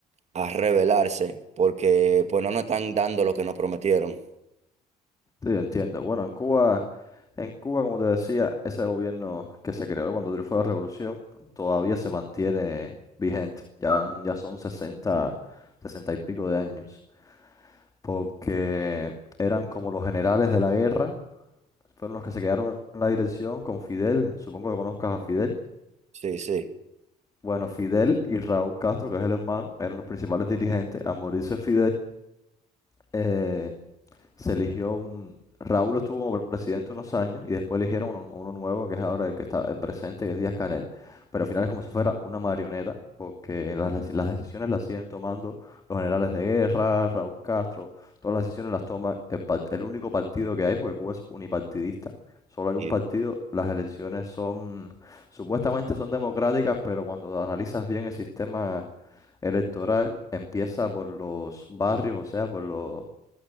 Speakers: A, on the right; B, on the left.
A: a rebelarse, porque pues no nos están dando lo que nos prometieron.
B: Sí, entiendo. Bueno, en Cuba. En Cuba, como te decía, ese gobierno que se creó cuando triunfó la revolución todavía se mantiene vigente. Ya, van- ya son 60, 60 y pico de años, porque eran como los generales de la guerra, fueron los que se quedaron en la dirección con Fidel, supongo que conozcas a Fidel.
A: Sí, sí,
B: Bueno, Fidel y Raúl Castro, que es el hermano, eran los principales dirigentes. Al morirse Fidel, eh, se eligió un... Raúl estuvo como presidente unos años y después eligieron uno, uno nuevo que es ahora el que está el presente, que es Díaz-Canel. Pero al final es como si fuera una marioneta, porque en las, deci- las decisiones las siguen tomando los generales de guerra, Raúl Castro, todas las decisiones las toma el, pa- el único partido que hay, porque Cuba es unipartidista. Solo hay
A: sí,
B: un partido, las elecciones son, supuestamente son democráticas, pero cuando analizas bien el sistema electoral, empieza por los barrios, o sea, por los